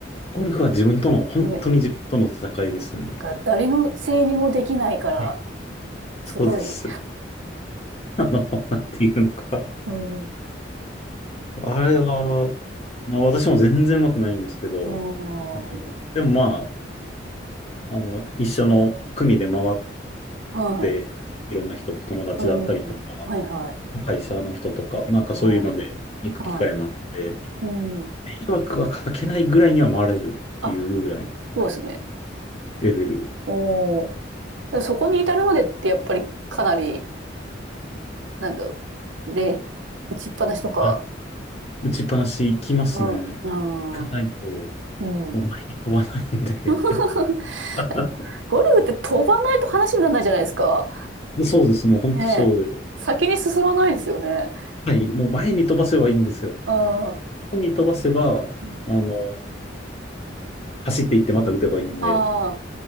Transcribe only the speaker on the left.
ゴルフは自分との、本当に自分との戦いですね。
はいそうです。
<laughs> あの、なんていうのか。
あれは、まあ、私も全然上手くないんですけど、
あの、でもまあ、あの、一緒の組で回っ
て、いろんな人と友達だったりとか、
会社の人とか、なんかそういうので行く機会もあって、
迷惑がかけないぐらいには回れるっていうぐらいの
レベル。
あ、打ちっぱなし行きますね。
行かないと、
も
う前に飛ばないんで。
<laughs>
そうです。もう本当そうで。
はい。もう前に飛ばせばいいんですよ。
前に飛ばせば、
あの、走っていってまた打てばいいんで、